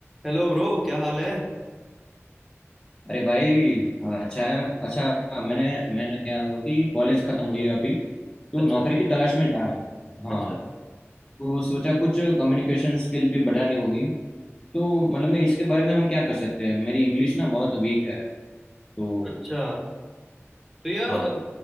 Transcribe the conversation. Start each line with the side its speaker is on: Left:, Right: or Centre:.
Centre: Hello bro क्या हाल है
Left: अरे भाई हाँ, अच्छा है। अच्छा मैंने मैंने क्या हुआ कि कॉलेज खत्म हुई है अभी तो
Centre: अच्छा
Left: नौकरी की तलाश में जा रहा हूँ हाँ
Centre: अच्छा
Left: तो सोचा कुछ कम्युनिकेशन स्किल भी बढ़ानी होगी तो मतलब मैं इसके बारे में हम क्या कर सकते हैं मेरी इंग्लिश ना बहुत वीक है तो
Centre: अच्छा तो यार
Left: हाँ
Centre: अ,